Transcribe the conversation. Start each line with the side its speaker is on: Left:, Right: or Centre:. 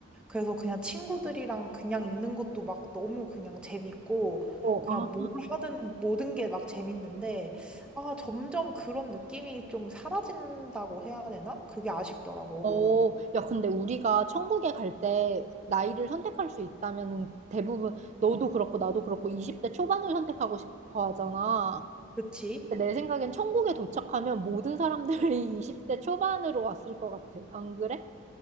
Centre: 그래서 그냥 친구들이랑 그냥 있는 것도 막 너무 그냥 재밌고,
Right: 어,
Centre: 그냥
Right: 아.
Centre: 뭘 하든 모든 게 막 재밌는데, 아, 점점 그런 느낌이 좀 사라진다고 해야 되나? 그게 아쉽더라고.
Right: 어, 야, 근데 우리가 천국에 갈 때 나이를 선택할 수 있다면은 대부분 너도 그렇고 나도 그렇고 20대 초반을 선택하고 싶어 하잖아.
Centre: 그치?
Right: 내 생각엔 천국에 도착하면 모든 사람들이 <laughs> 20대 초반으로 왔을 것 같아. 안 그래?